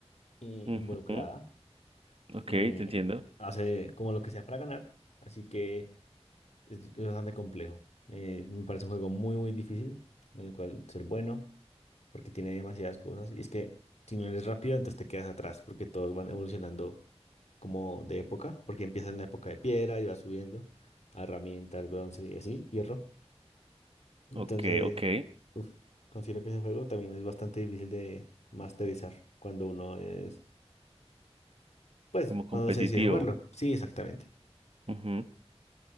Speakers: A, on the left; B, on the right.
A: i-
B: ujú,
A: involucrada
B: Ok,
A: y
B: te entiendo.
A: hace como lo que sea para ganar. Así que es, es bastante complejo. Eh, me parece un juego muy, muy difícil, en el cual ser bueno. porque tiene demasiadas cosas. Y es que si no eres rápido, entonces te quedas atrás, porque todos van evolucionando como de época, porque empieza en la época de piedra y va subiendo a herramientas, bronce y así, hierro. Entonces,
B: Ok, ok.
A: uf, considero que ese juego también es bastante difícil de masterizar cuando uno es, pues,
B: Como competitivo.
A: cuando se decide jugarlo. Sí, exactamente.
B: Ujú,